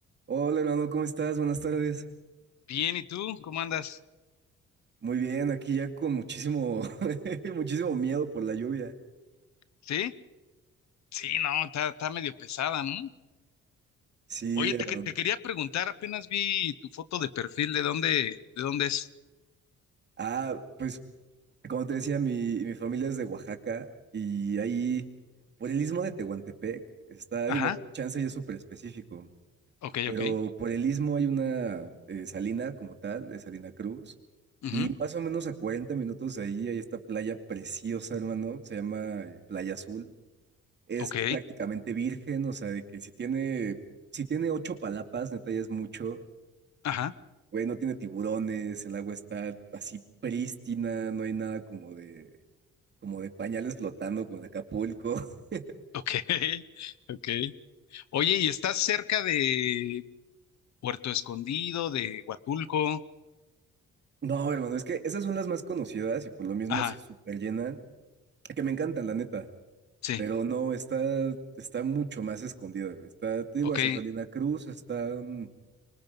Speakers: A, on the right; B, on the left.
A: Hola hermano, ¿cómo estás? Buenas tardes.
B: Bien, ¿y tú? ¿Cómo andas?
A: Muy bien, aquí ya con muchísimo, <laughs> muchísimo miedo por la lluvia.
B: ¿Sí? Sí, no, está, está medio pesada, ¿no?
A: Sí,
B: Oye,
A: hermano.
B: te, que- te quería preguntar, apenas vi tu foto de perfil, ¿de dónde, de dónde es?
A: Ah, pues como te decía, mi, mi familia es de Oaxaca y ahí por el istmo de Tehuantepec está,
B: Ajá,
A: digo, chance ya es súper específico,
B: ok,
A: pero
B: ok.
A: por el istmo hay una eh, salina como tal, de Salina Cruz,
B: ujú,
A: y más o menos a 40 minutos de ahí hay esta playa preciosa, hermano, se llama eh, Playa Azul. es
B: ok,
A: prácticamente virgen, o sea, de que si tiene, si tiene ocho palapas, neta ya es mucho.
B: ajá,
A: Güey, no tiene tiburones, el agua está así prístina, no hay nada como de, como de pañales flotando con Acapulco. <laughs>
B: ok, <laughs> ok. Oye, ¿y estás cerca de Puerto Escondido, de Huatulco?
A: No, hermano, es que esas son las más conocidas y por lo mismo
B: Ajá,
A: se super llenan. Que me encantan, la neta.
B: sí,
A: Pero no, está, está mucho más escondida. güey. Está, te digo,
B: ok,
A: hacia Salina Cruz, está mm,